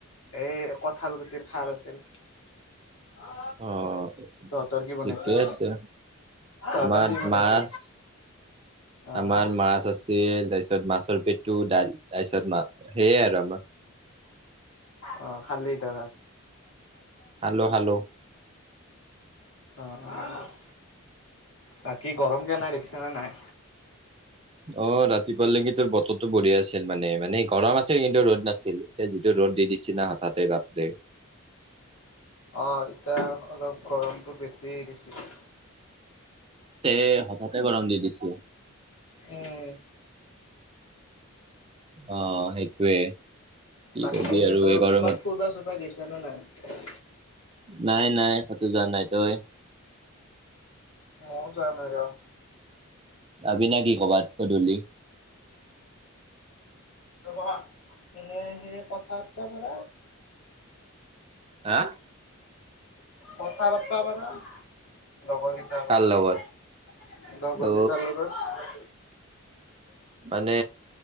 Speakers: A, on the left (about 70°); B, on the right (about 25°).
A: এ কঠাল গুটিৰ খাৰ আছিল। <unintelligible>
B: অ',
A: তহঁতৰ কি বনাইছে?
B: ঠিকে আছে।
A: তহঁতৰ
B: আমাৰ
A: কি বনাইছে
B: মাছ-
A: আহ
B: আমাৰ মাছ আছিল তাইছ তাৰপিছত মাছৰ পেটো ডাল তাৰপিছত সেয়ে আৰু আমাৰ।
A: অ খালি তই ভাত?
B: হাল্ল', - হাল্ল',
A: অহ, <unintelligible> বাকী গৰম কেনে দেখছা নে নাই?
B: অহ, ৰাতিপুৱালেগী তোৰ বতৰটো বঢ়িয়া আছিল মানে- মানে গৰম আছিল কিন্তু ৰ'দ নাছিল এতিয়া যিটো ৰ'দ দি দিছে না হঠাতে বাপৰে
A: অহ, এতিয়া অলপ গৰমটো বেছিয়ে দিছে।
B: তে হঠাতে গৰম দি দিচি।
A: উম।
B: অহ, সেইটোৱে। কি
A: বাকী
B: কবি
A: এনেই
B: আৰু
A: তো
B: এই গৰমত।
A: ক'বাত ফুৰিবা চোৰবা গৈছা নে নাই?
B: নাই -নাই কটো যোৱা নাই তই?
A: মৈও যোৱা নাই ৰ '
B: যাবি না কি ক'বাত গধূলি?
A: <unintelligible> এনে সেই কথা <unintelligible>
B: হা?
A: কথা পাতবা পাৰা লগৰ কিতাৰ
B: কাৰ
A: <unintelligible>
B: লগত?
A: লগৰ
B: অ
A: কিতা লগত
B: মানে